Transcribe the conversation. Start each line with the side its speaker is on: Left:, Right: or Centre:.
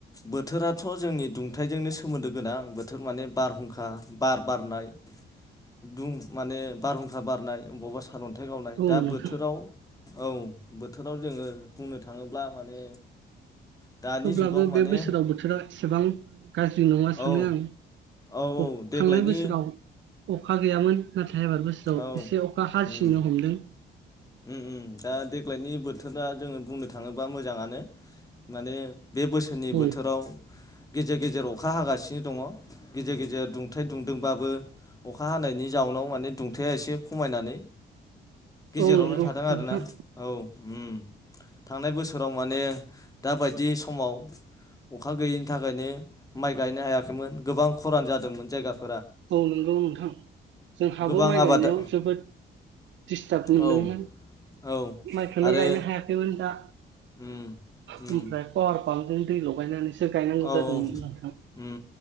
Left: बोथोराथ' जोंनि दुंथाइजोंनो सोमोन्दो गोनां बोथोर माने बारहुंखा बार बारनाय दुं माने बारहुंखा बारनाय अबावबा सार अ न्थाइ गावनाय
Right: औ
Left: दा
Right: नोंथां
Left: बोथोराव औ बोथोराव जोङो बुंनो थाङोब्ला माने दानि
Right: थेवब्लाबो
Left: जुगाव माने
Right: बे बोसोराव बोथोरा एसेबां गाज्रि नङा सानो
Left: औ
Right: आं
Left: औ औ
Right: अख
Left: देग्लायनि
Right: थांनाय बोसोराव। अखा गैयामोन नाथाय एबार बोसोराव
Left: औ
Right: एसे अखा हासिननो
Left: उम
Right: हमदों।
Left: उम उम दा देग्लायनि बोथोरा जोङो बुंनो थाङोब्ला मोजाङानो माने बे बोसोरनि
Right: औ
Left: बोथोराव गेजेर गेजेर अखा हागासिनो दङ' गेजेर गेजेर दुंथाइ दुंदोंबाबो। अखा हानायनि जाउनाव माने दुंथाया एसे खमायनानै गेजेरावनो
Right: औ नंगौ
Left: थादों
Right: नोंथां
Left: आरोना औ उम थांनाय बोसोराव माने दाबायदि समाव अखा गैयैनि थाखायनो माइ गायनो हायाखैमोन गोबां खरान जादोंमोन जायगाफोर
Right: औ नंगौ नोंथां जोंहाबो
Left: गोबां
Right: माइ
Left: आबादा
Right: गायनायाव जोबोद दिस्टाब मोनदोंमोन
Left: औ औ
Right: माइखौनो
Left: आरो
Right: गायनो हायाखैमोन दा।
Left: उम
Right: ओमफ्राय
Left: उम
Right: आरो पावार प्लानजों दै लगायनानैसो सो गायनांगौ
Left: औ
Right: जादोंमोन
Left: औ
Right: नोंथां
Left: उम